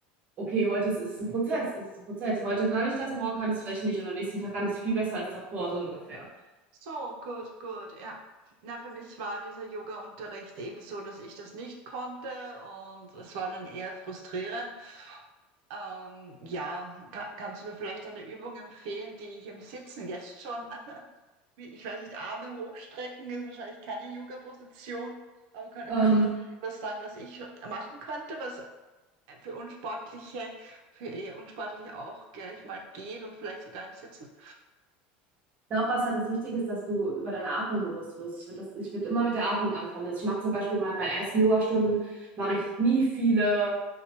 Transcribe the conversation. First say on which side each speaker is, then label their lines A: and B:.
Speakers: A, on the right; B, on the right.
A: okay, heute ist, ist es ein Prozess, ist es ein Prozess. Heute kann ich das, morgen kann ich es vielleicht nicht und am nächsten Tag kann ich es viel besser als davor, so ungefähr.
B: So, gut, gut, ja. Na, für mich war dieser Yoga-Unterricht eben so, dass ich das nicht konnte und es war dann eher frustrierend. Ähm, ja, ka- kannst du mir vielleicht eine Übung empfehlen, die ich im Sitzen jetzt schon, <laughs> wie- ich weiß nicht, Arme hochstrecken ist wahrscheinlich keine Yoga-Position, aber könnt,
A: Ähm,
B: könntest du mir etwas sagen, was ich schon machen könnte, was für Unsportliche, für eher Unsportliche auch gleich mal geht und vielleicht sogar im Sitzen?
A: glaube, was halt das Wichtige ist, dass du über deine Atmung bewusst wirst. Ich würde das, ich würde immer mit der Atmung anfangen. Also ich mache zum Beispiel mal in meinen ersten Yogastunden, mache ich nie viele,